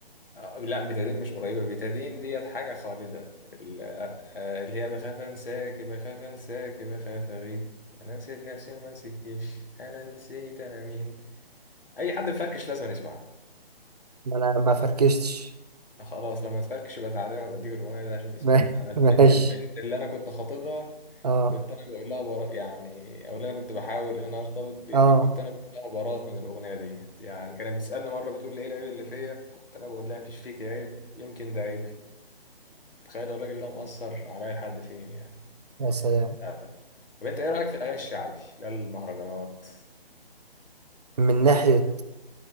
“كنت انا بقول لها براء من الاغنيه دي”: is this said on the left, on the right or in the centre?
Left